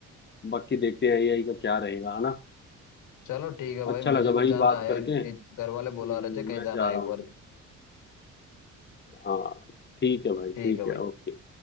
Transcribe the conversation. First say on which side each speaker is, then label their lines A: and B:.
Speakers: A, on the left; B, on the left.
A: बाकी देखते हैं एआई का क्या रहेगा है ना
B: चलो ठीक है भाई
A: अच्छा
B: मुझे
A: लगा भाई
B: भी जाना
A: बात
B: है
A: करके
B: यार ये घर वाले
A: हम्म,
B: बुला रहे थे कहीं
A: मैं
B: जाना
A: जा
B: है
A: रहा
B: एक
A: हूँ
B: बार
A: हाँ ठीक है भाई
B: ठीक
A: ठीक
B: है
A: है
B: भाई
A: ओके